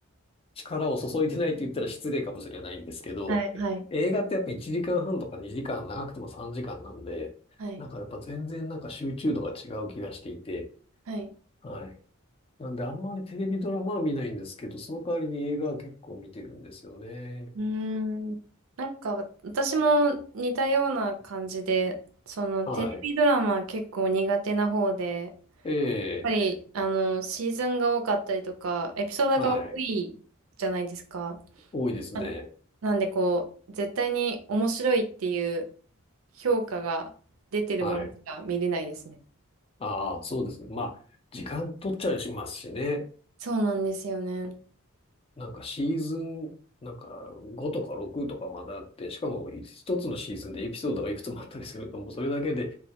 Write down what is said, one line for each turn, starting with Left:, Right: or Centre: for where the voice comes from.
Left: 力を注いでないって言ったら失礼かもしれないんですけど、
Right: はい、はい、
Left: 映画ってやっぱ1時間半とか2時間、長くても3時間なんで、
Right: はい、
Left: なんかやっぱ全然なんか集中度が違う気がしていて、
Right: はい。
Left: はい。なんであんまりテレビドラマは見ないんですけど、その代わりに映画は結構見てるんですよね。
Right: うーん。なんかわ私も似たような感じで、そのテレビドラマ結構苦手な方で、
Left: はい。ええ、
Right: やっぱりあのシーズンが多かったりとか、エピソードが多いじゃないですか。
Left: はい。多いですね。
Right: なんなんでこう、絶対に面白いっていう評価が出てるものしか見れないですね。
Left: はい。ああ、そうですね。まあ、時間取っちゃいますしね。
Right: そうなんですよね。
Left: なんかシーズン、なんか5とか6とかまだあって、しかも一つのシーズンでエピソードがいくつもあったりすると、もうそれだけで、